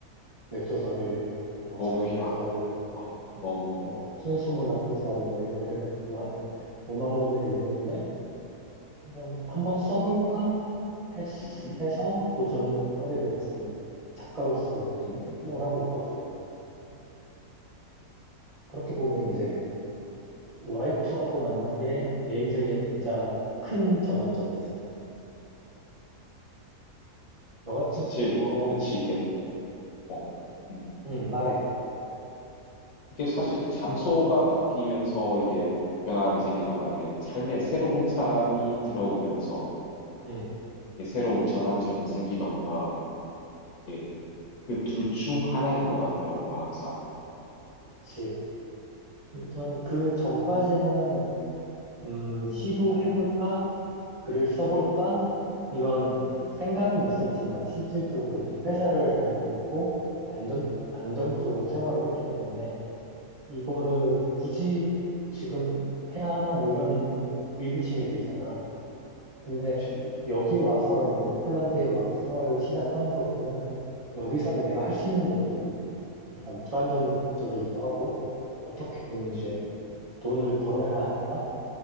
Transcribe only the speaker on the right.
웹소설을 뭐
장르 소설,
뭐 순수 문학 소설 뭐 이런 걸 해가지고 한
5만 권을 읽었는데 뭐
한번 써볼까 했,
해서 도전을 하게 돼서 지금 작가로서 이제
활동을 하고 있거든. 그렇게 보면
이제 와이프하고 만난 게 내 인생의
진짜 큰 전환점이지. 너 같은,
너,
응, 말해.
응,
그치. 일단
그 전까지는, 음, 시도해볼까? 글을 써볼까?
이런
생각은 있었지만, 실질적으로 이제 회사를 다니고 있고, 안전, 안정적으로 생활을 했기 때문에, 이거를
굳이 지금 해야 하나? 뭐 이런 의구심이 들잖아. 근데
여기 와서 이제 폴란드에 와서 생활을 시작하면서부터는 여기서 내가 할 수 있는 게 없기 때문에 일단 불안정적이기도 하고 어떻게든
이제 돈을 벌어야 하니까